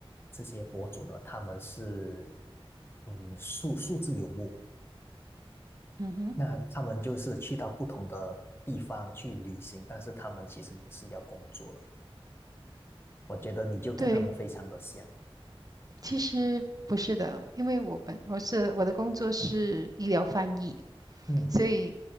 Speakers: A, on the left; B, on the right.
A: 这些博主呢，他们是嗯数数字游牧，
B: 嗯哼，
A: 那他们就是去到不同的地方去旅行，但是他们其实也是要工作的。我觉得你就跟他们非常的像，
B: 对，其实不是的，因为我本我是我的工作是医疗翻译，
A: 嗯
B: 所以